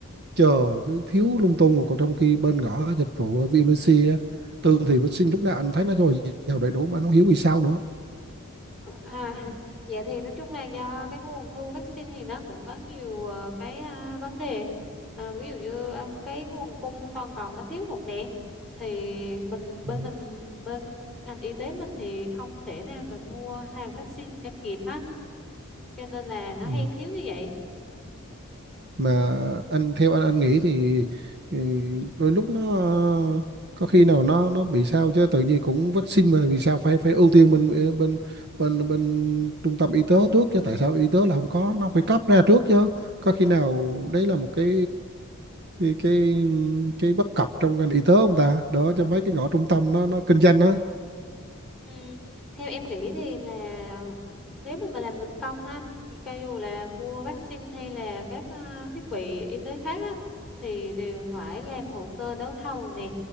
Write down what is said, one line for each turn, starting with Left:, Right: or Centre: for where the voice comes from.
Right: chờ cứ thiếu lung tung rồi còn trong khi bên ngõ dịch vụ ở VMC á, tương thì vaccine lúc nào anh thấy nó rồi vào đầy đủ mà nó hiếu vì sao nữa
Centre: à, <laughs> vậy thì nói chung là do cái nguồn thu vaccine thì nó cũng có nhiều ờ, cái ờ, vấn đề Ờ, ví dụ như ờ, cái nguồn cung toàn cầu nó thiếu hụt nè thì mình bên
Right: Ừ.
Centre: mình bên ngành y tế mình thì không thể nào mà mua hàng vaccine cho kịp á cho nên là nó
Right: Ừ.
Centre: hay thiếu như vậy
Right: mà anh theo anh anh nghĩ thì, ừ, đôi lúc nó ờ, có khi nào nó nó bị sao chứ tự nhiên cũng vaccine mà vì sao phải phải ưu tiên bên bên bên bên trung tâm y tế trước chứ tại sao y tế là không có nó phải cấp ra trước chứ có khi nào đấy là một cái cái cái, cái bất cập trong ngành y tế không ta đó cho mấy cái ngõ trung tâm nó nó kinh doanh á
Centre: Ừm, theo em nghĩ thì là nếu mà mà làm bên công á anh thì cho dù là mua vaccine hay là các ờ, thiết bị y tế khác á thì đều phải làm hồ sơ đấu thầu nè